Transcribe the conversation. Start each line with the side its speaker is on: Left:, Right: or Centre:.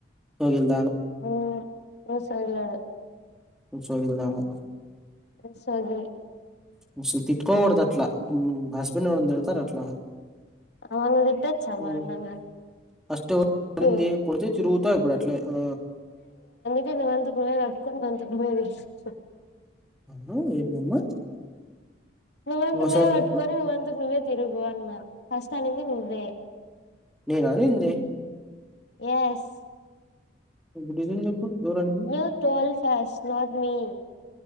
Centre: పర్లేద్
Left: ఆ ముసల్దనే
Centre: సోగిల్దాన
Left: ఎ సోగిల్
Centre: అసలు తిట్టుకోకూడద్ అట్లా ఉమ్మ్ హస్బెండ్ని ఎవరన్న తిడ్తారా అట్లా
Left: అమ నువ్వు తిట్టొచ్చా మరి
Centre: ఆ
Left: నన్ను
Centre: ఫస్ట్ ఎవర్
Left: అట్లు
Centre: పడింది కొడ్తే <unintelligible> తో ఇప్పుడ్ అట్లే ఆ
Left: దీని వంతుకు నువ్వే కట్టుకొని <inaudible>
Centre: అనూ ఏందమ్మా?
Left: నువ్వంతుకు
Centre: ఇంకోసారి
Left: నువ్వే పట్టుకొని
Centre: చెప్పు
Left: నువ్వంతుకు నువ్వే తిరుగు అన్నా ఫస్ట్ అనింది నువ్వే
Centre: నేనా అనింది.
Left: ఏస్
Centre: <inaudible> నిజం చెప్పు ఎవరనింది?
Left: యు టువల్స్ thoughts not me